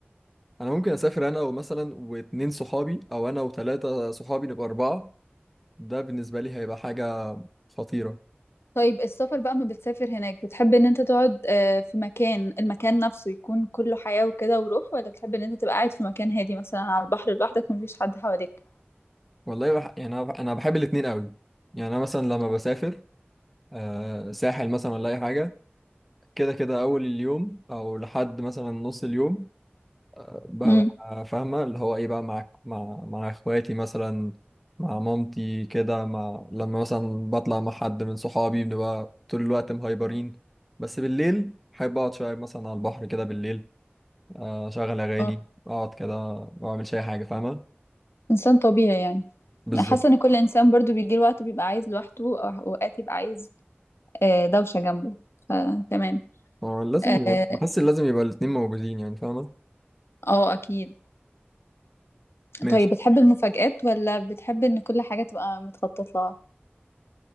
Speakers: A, in the centre; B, on the left.
A: انا ممكن اسافر انا ومثلا واتنين صحابي او انا وتلاتة صحابي نبقى اربعة ده بالنسبة لي هيبقى حاجة خطيرة
B: طيب السفر بقى ما بتسافر هناك بتحب ان انت تقعد آه، في مكان المكان نفسه يكون كله حياة وكده وروح ولا بتحب ان انت تبقى قاعد في مكان هادي مثلا على البحر لوحدك مفيش حد حواليك
A: والله بح... يعني انا أنا بحب الاتنين قوي يعني انا مثلا لما بسافر آه ساحل مثلا ولا اي حاجة كده كده اول اليوم او لحد مثلا نص اليوم ببقى
B: امم
A: فاهمة اللي هو ايه بقى مع مع مع اخواتي مثلا مع مامتي كده مع لما مثلا بطلع مع حد من صحابي بنبقى طول الوقت مهايبرين بس بالليل بحب اقعد شوية مثلا على البحر كده بالليل آه، اشغل اغاني
B: اه
A: اقعد كده ما اعملش اي حاجة فاهمة
B: انسان طبيعي يعني
A: بالظبط
B: حاسه ان كل انسان برضو بيجي له وقت بيبقى عايز لوحده او اوقات يبقى عايز آه، دوشه جنبه فتمام
A: آه، لازم
B: اه
A: يبقى بحس إن لازم يبقى الاتنين موجودين يعني فاهمة
B: آه، اكيد
A: ماشي
B: طيب بتحب المفاجآت ولا بتحب ان كل حاجه تبقى متخطط لها